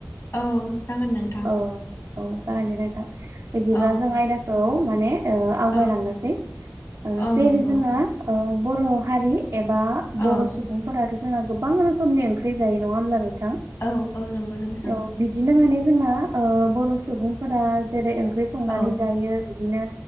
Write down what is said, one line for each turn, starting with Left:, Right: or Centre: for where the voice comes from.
Left: औ जागोन नोंथां।
Right: औ औ जागोन दे नोंथां। बिदिब्ला
Left: औ
Right: जों आयदाखौ माने उह आवगायलांनोसै
Left: औ
Right: उह
Left: औ
Right: जेरै
Left: नंगौ
Right: जोंना उह बर' हारि एबा बर'
Left: औ
Right: सुबुंफोराथ' जोंना गोबां रोखोमनि ओंख्रि जायो नङा होमब्लानो
Left: औ औ नंगौ नोंथां
Right: औ बिदिनो माने जोंना उह बर' सुबुंफोरा जेरै ओंख्रि संनानै
Left: औ
Right: जायो बिदिनो